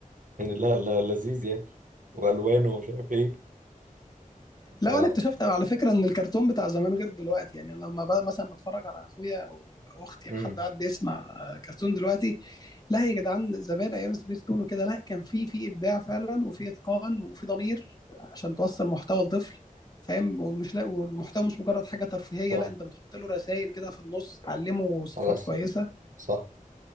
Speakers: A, on the right; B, on the left.
A: يعني لا لا لذيذ يعني والوان ومش عارف ايه
B: لو
A: ف...
B: انا اكتشفت على فكره ان الكرتون بتاع زمان غير دلوقتي يعني لما بقى مثلا بتفرج على اخويا او أو اختي
A: مم.
B: او حد قاعد بيسمع كرتون دلوقتي لا يا جدعان زمان ايام سبيس تون وكده لا كان في في ابداع فعلا وفي اتقان وفي ضمير عشان توصل محتوى لطفل فاهم ومش لا والمحتوى مش مجرد حاجه ترفيهيه
A: صح
B: لا انت بتحط له رسائل كده في النص تعلمه صفات
A: على
B: كويسه
A: صح